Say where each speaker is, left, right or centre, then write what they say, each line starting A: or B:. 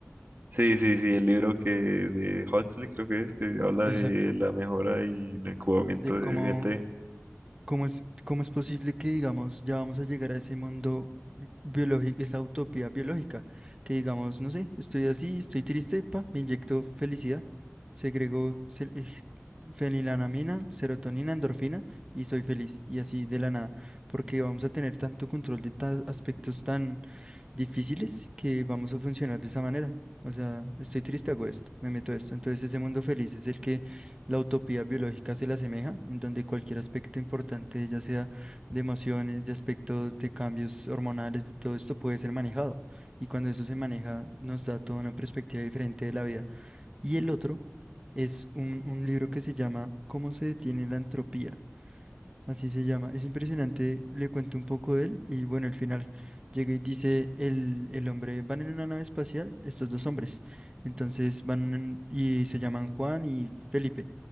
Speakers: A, on the right; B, on the right.
A: Sí, sí, sí, el libro que de Huxley creo que es, que habla
B: Exacto.
A: de la mejora y el incubamiento
B: de cómo,
A: de gente.
B: ¿Cómo es, cómo es posible que, digamos, ya vamos a llegar a ese mundo biológico, esa utopía biológica? Que, digamos, no sé, estoy así, estoy triste, pa, me inyecto felicidad, segrego sel- eh, fenilanamina, serotonina, endorfina y soy feliz. Y así de la nada, porque vamos a tener tanto control de ta- aspectos tan difíciles que vamos a funcionar de esa manera. O sea, estoy triste, hago esto, me meto esto. Entonces ese mundo feliz es el que la utopía biológica se le asemeja, en donde cualquier aspecto importante, ya sea de emociones, de aspectos, de cambios hormonales, de todo esto puede ser manejado. Y cuando eso se maneja, nos da toda una perspectiva diferente de la vida. Y el otro es un, un libro que se llama ¿Cómo se detiene la entropía? Así se llama. Es impresionante. Le cuento un poco de él y bueno, al final llega y dice el, el hombre, van en una nave espacial, estos dos hombres. Entonces van en- y se llaman Juan y Felipe.